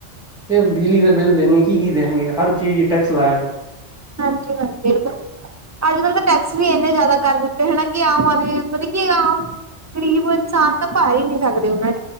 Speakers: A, in the centre; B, on the right.
A: ਕੇ ਬਿਜਲੀ ਦਾ ਬਿੱਲ ਦੇਣਗੇ ਕੀ-ਕੀ ਦੇਣਗੇ। ਹਰ ਚੀਜ ਤੇ ਟੈਕਸ ਲਾਇਆ ਦੈ।
B: ਹਾਂਜੀ-ਹਾਂਜੀ, ਏ ਤਾਂ ਅੱਜ ਕੱਲ੍ਹ ਤਾਂ ਟੈਕਸ ਵੀ ਏਨੇ ਜ਼ਾਦਾ ਕਰ ਦਿੱਤੇ ਹੈਨਾ ਕਿ ਆਮ ਆਦਮੀ ਮਤਬ ਕੀ ਆਮ ਗ਼ਰੀਬ ਇਨਸਾਨ ਤਾਂ ਭਰ ਹੀ ਨੀ ਸਕਦੇ ਓਨਾਂ